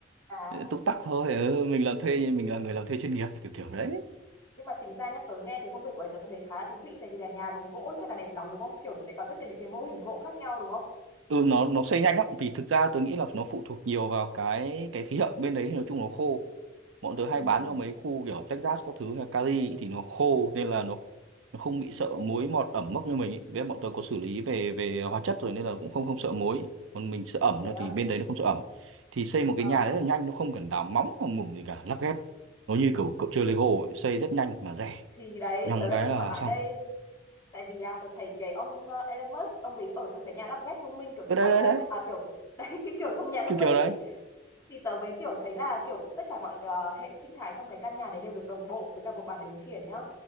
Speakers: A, on the left; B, on the right.
A: À.
B: ờ, túc tắc thôi ừ, mình làm thuê mình là người làm thuê chuyên nghiệp kiểu kiểu đấy
A: nhưng mà chính ra nhá tớ nghe cái công việc của ấy tớ cũng thấy khá là thú vị tại vì là nhà bằng gỗ chắc là đẹp lắm đúng không kiểu sẽ có rất nhiều những cái mô hình gỗ khác nhau đúng không
B: ừ nó nó xây nhanh lắm vì thực ra tớ nghĩ là nó phụ thuộc nhiều vào cái cái khí hậu bên đấy thì nói chung nó khô bọn tớ hay
A: Ừ.
B: bán cho mấy khu kiểu Texas các thứ hay là Cali thì nó khô nên là nó nó không bị sợ muối mọt ẩm mốc như mình ấy. với lại bọn tớ có xử lý về về hóa chất rồi nên là cũng không không sợ muối còn mình sợ ẩm
A: thế
B: thôi
A: à
B: thì bên đấy nó không sợ ẩm thì xây một
A: ờ,
B: cái nhà rất là nhanh nó không cần đào móng hoặc mủng gì cả lắp ghép nó như kiểu cậu chơi Lego ấy. xây rất nhanh mà rẻ
A: thì đấy
B: nhằng
A: tớ đang
B: cái
A: định
B: là
A: hỏi bạn
B: xong
A: đây tại vì à, tớ thấy cái ông ờ, Elon Musk ông ấy ở trong cái nhà lắp ghép thông minh kiểu smart
B: Ơ đấy đấy
A: home
B: đấy
A: ấy à kiểu <laughs> đấy cái kiểu thông nhà thông
B: kiểu
A: minh
B: kiểu
A: ấy
B: đấy
A: thì tớ mới kiểu thấy là kiểu tất cả mọi ờ, hệ sinh thái trong cái căn nhà đấy đều được đồng bộ với cả một bảng điều khiển nhá